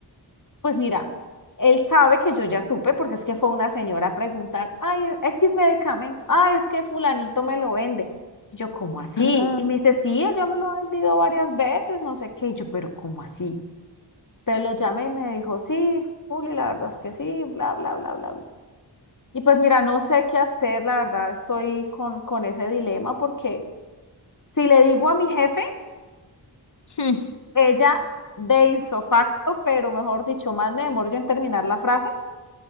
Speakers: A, on the left; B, on the left.
A: Pues mira, él sabe que yo ya supe, porque es que fue una señora a preguntar, ay, X medicamento, ah, es que fulanito me lo vende. Yo, ¿cómo así?
B: Ah. Mm.
A: Y me
B: <laughs>
A: dice, sí, él ya me lo ha vendido varias veces, no sé qué. Y yo, pero ¿cómo así? Entonces lo llamé y me dijo, sí, Juli, la verdad es que sí, bla, bla, bla, bla, bla. Y pues mira, no sé qué hacer, la verdad estoy con, con ese dilema porque si le digo a mi jefe,
B: Hmm,
A: ella de insofacto, pero mejor dicho, más me demoro yo en terminar la frase